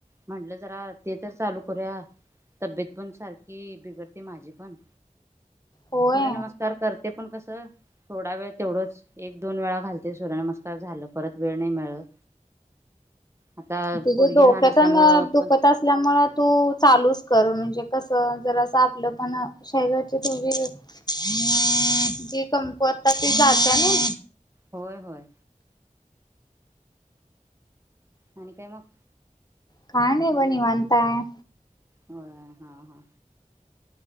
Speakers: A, on the right; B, on the left.
A: म्हटलं जरा ते तर चालू करूया तब्येत पण सारखी बिघडते माझी पण....
B: होय.
A: सूर्य नमस्कार करते पण कसं थोडा वेळ तेवढंच एक दोन वेळा घाल... ते सूर्यनमस्कार झालं परत वेळ नाही मिळत... आता
B: तुझ
A: पोरगी
B: डोक
A: लहान असल्यामुळं
B: तेन दुखत
A: पण
B: असल्यामुळे तू चालूच कर म्हणजे... ते कस जरास आपलं पण शरीराची तेवढी जी कम... तरता ते जात नाही....
A: होय होय.... आणि काय मग?
B: काय नाही बघ निवांत हाय....
A: होय हां हां...